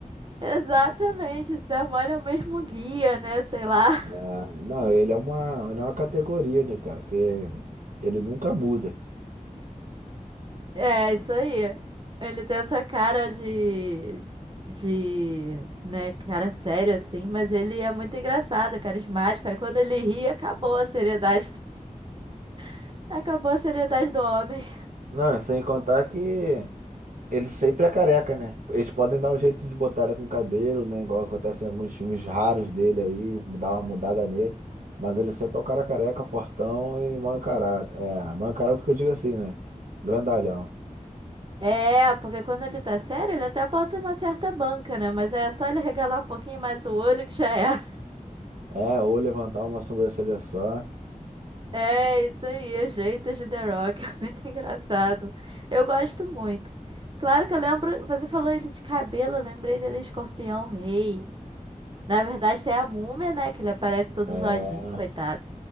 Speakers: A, on the right; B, on the right.
A: Exatamente, esse Darmole é o mesmo guia, né? Sei lá.
B: Ah, não, ele é uma, ele é uma categoria, né, cara? Que ele nunca muda.
A: É, isso aí. Ele tem essa cara de. De. Né, cara sério assim, mas ele é muito engraçado, é carismático. Aí quando ele ri, acabou a seriedade. <laughs> Acabou a seriedade do homem.
B: Não, sem contar que Ele sempre é careca, né? Eles podem dar um jeito de botar ele com cabelo, né? Igual acontece em alguns filmes raros dele aí, dar uma mudada nele. Mas ele sempre é o cara careca, fortão e mal encarado. É, mal encarado que eu digo assim, né? Grandalhão.
A: É, porque quando ele tá sério, ele até bota uma certa banca, né? Mas é só ele regalar um pouquinho mais o olho que já é.
B: É, ou levantar uma sobrancelha só.
A: É isso aí, os jeitos de The Rock, <laughs> é muito engraçado. Eu gosto muito. Claro que eu lembro, você falou ele de cabelo, eu lembrei dele Escorpião Rei. Na verdade tem a Múmia, né, que ele aparece todo
B: É,
A: zoadinho, coitado.